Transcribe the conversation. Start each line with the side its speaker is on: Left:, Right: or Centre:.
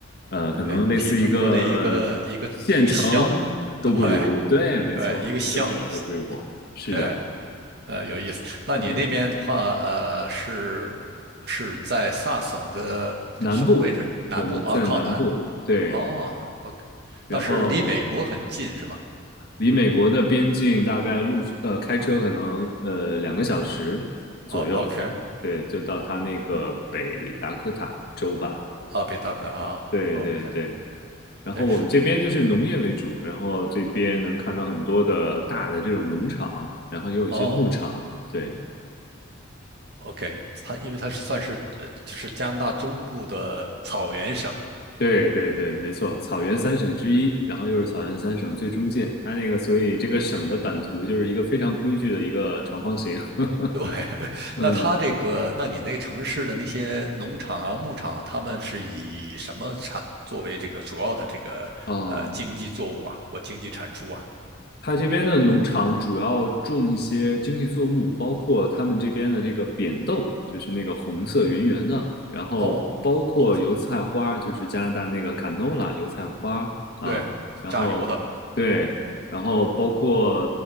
Left: 呃，可能类似一个县城都不如。
Right: 对，比中国的一个一个一个乡，对
Left: 对，没错，
Right: 对，一个乡，
Left: 可能就是这样的规模。
Right: 一对，
Left: 是的，
Right: 呃，有意思。那你那边的话，
Left: 嗯。
Right: 呃，是是在萨省的什么位置？
Left: 南部，
Right: 南部啊，
Left: 我们在南部，
Right: 靠南。
Left: 对，
Right: 哦，那 OK，
Left: 然后
Right: 那是离美国很近是吗？
Left: 离美国的边境大概路呃开车可能呃两个小时左右，
Right: 哦，OK，
Left: 对，就到它那个北达科塔州吧，
Right: 啊，北达科啊，OK。
Left: 对对对。然后我们这边就是农业为主，
Right: 对。
Left: 然后这边能看到很多的大的这种农场，然后也有一些牧场，
Right: 哦，
Left: 对，
Right: OK，它因为它是算是呃，就是加拿大中部的草原省。
Left: 对对对，没错，草原三省之一，然后又是草原三省最中间，它那个所以这个省的版图就是一个非常规矩的一个长方形。<laughs>
Right: 对，<laughs>
Left: 嗯，
Right: 那它这个，那你那个城市的那些农场啊、牧场啊，他们是以什么产作为这个主要的这个呃经济作物啊？
Left: 哦，
Right: 我经济产出啊？
Left: 它这边的农场主要种一些经济作物，包括他们这边的这个扁豆，就是那个红色圆圆的，然后包括油菜花，
Right: 哦，豆子，
Left: 就是加拿大那个 canola 油菜花啊，
Right: 对，
Left: 然后对，
Right: 榨油的。
Left: 然后包括